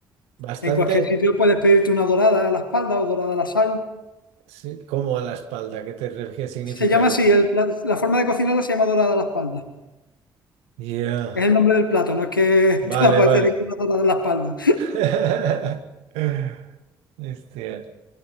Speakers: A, on the right (about 70°); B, on the left (about 90°).
A: Bastante,
B: En cualquier sitio puedes pedirte una dorada a la espalda o dorada a la sal.
A: sí, como a la espalda, ¿qué te refieres? Significa.
B: Se llama así, el pla- la forma de cocinarla se llama dorada a la espalda.
A: Ya,
B: Es el nombre del plato, no es que
A: Vale,
B: <laughs> te la puedes
A: vale.
B: pedir con una dorada a la espalda.
A: <laughs> Hostia,